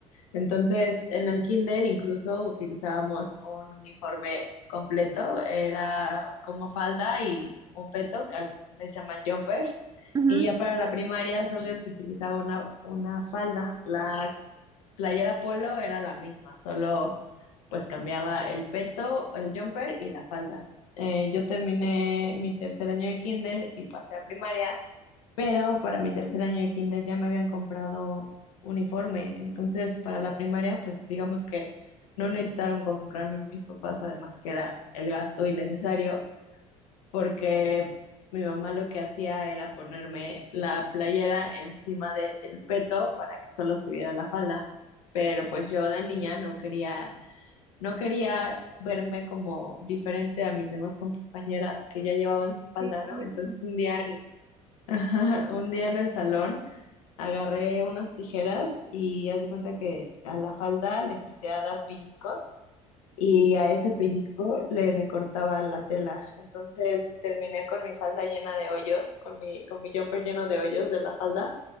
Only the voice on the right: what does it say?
ujú.
Sí, lo
mismo.